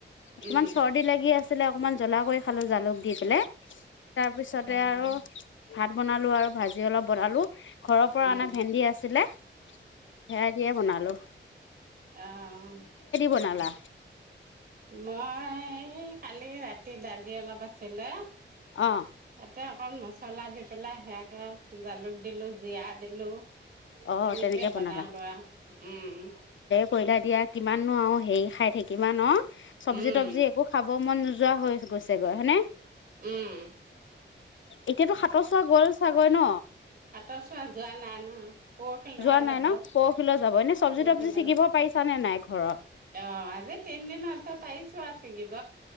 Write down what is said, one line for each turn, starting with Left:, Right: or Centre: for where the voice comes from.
Left: অকমান
Right: উম,
Left: চৰ্দি লাগি আছিলে অকনমান জ্বলা কৰি খালোঁ জালুক দি পেলাই। তাৰপিছতে
Right: অ',
Left: আৰু ভাত বনালোঁ আৰু ভাজি অলপ বনালোঁ ঘৰৰ পৰা
Right: উম,
Left: অনা ভেন্দি আছিলে। হেয়াই দিয বনালোঁ।
Right: আহ
Left: বনালা?
Right: ঠিক আছে। মই এই কালি ৰাতি দালি অলপ আছিলে।
Left: অ
Right: তাতে অকণ মছলা দি পেলাই হেইয়াকে জালুক দিলোঁ, জিৰা দিলোঁ।
Left: অ
Right: তেনেকেই
Left: তেনেকে বনালা।
Right: বনলোৱা উম, উম।
Left: কইলা দিয়া কিমাননো আৰু হেৰি খাই থাকিম আহ ন চব্জি
Right: উম,
Left: তব্জি একো খাব মন নোযোৱা। যোৱা হৈ গৈছেগৈ হয় নে?
Right: উম।
Left: এতিয়াতো সাতৰ চোৱা গল চাগৈ ন?
Right: হাতৰ চোৱা যোৱা নাই নহয়। পৰহিলৈহে
Left: যোৱা নাই
Right: যাব,
Left: ন, পৰহিলৈ যাব। এনে চব্জি-তব্জি
Right: পৰহিলৈ
Left: ছিঙিব পাৰিছা নে নাই ঘৰত?
Right: অ' আজি তিনিদিন হৈছে পাৰিছো আ ছিগিব।